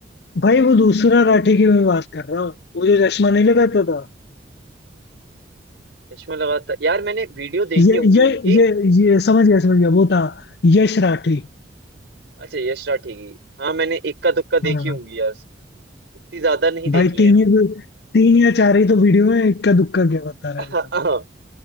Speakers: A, on the left; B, on the right.
A: भाई वो दूसरा राठी की मैं बात कर रहा हूँ वो जो चश्मा नहीं लगाता था
B: चश्मा लगा था यार मैंने वीडियो देखी
A: ये
B: होंगी
A: ये
B: उनकी
A: ये ये समझ गया समझ गया वो था यश राठी
B: अच्छा यश राठी की हाँ मैंने इक्का दुक्का देखी
A: हाँ
B: होंगी यार इतनी ज्यादा नहीं देखी
A: भाई तीन
B: है
A: ही तीन या चार ही तो वीडियो में इक्का दुक्का क्या बता रहे
B: हाँ
A: हो आप